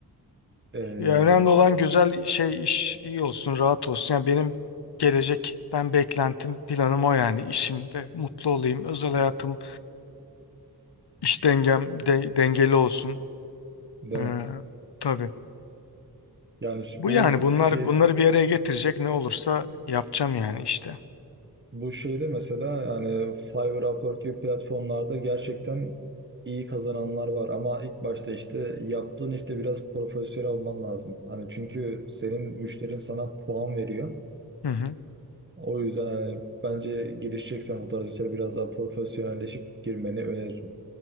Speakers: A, on the right; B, on the left.
A: E,
B: Ya önemli olan güzel şey iş iyi olsun, rahat olsun. Yani benim gelecekten beklentim, planım o yani. İşimde mutlu olayım, özel hayatım, iş dengem de- dengeli olsun.
A: demem.
B: Ee, tabii.
A: Yani şu-
B: Bu
A: bu
B: yani bunlar
A: şey
B: bunları bir araya getirecek ne olursa yapacağım yani işte.
A: Bu şeyde mesela hani Fiverr, Upwork gibi platformlarda gerçekten iyi kazananlar var ama ilk başta işte yaptığın işte biraz profesyonel olman lazım. Hani çünkü senin müşterin sana puan veriyor.
B: Hı hı.
A: O yüzden hani bence girişeceksen bu tarz işlere biraz daha profesyonelleşip girmeni öneririm.